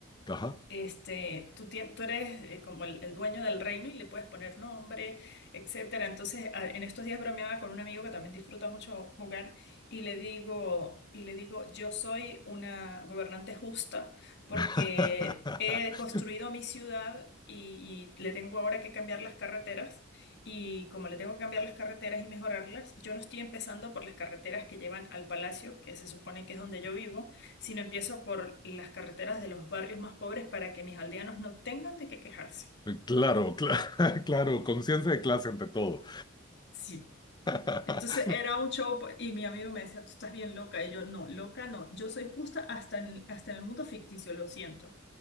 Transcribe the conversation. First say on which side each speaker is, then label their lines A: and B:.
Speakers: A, on the left (about 20°); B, on the left (about 60°).
A: Ajá.
B: Este, tú, tien- tú eres eh, como el, el dueño del reino y le puedes poner nombre, etcétera. Entonces, a- en estos días bromeaba con un amigo que también disfruta mucho jugar y le digo, y le digo, yo soy una gobernante justa porque
A: <laughs>
B: he construido mi ciudad y, y le tengo ahora que cambiar las carreteras y como le tengo que cambiar las carreteras y mejorarlas, yo no estoy empezando por las carreteras que llevan al palacio, que se supone que es donde yo vivo sino empiezo por las carreteras de los barrios más pobres para que mis aldeanos no tengan de qué quejarse.
A: Claro, cla- <laughs> claro, conciencia de clase ante todo.
B: Sí.
A: <laughs>
B: Entonces era un show pues, y mi amigo me decía, tú estás bien loca. Y yo, no, loca no, yo soy justa hasta en, hasta en el mundo ficticio, lo siento.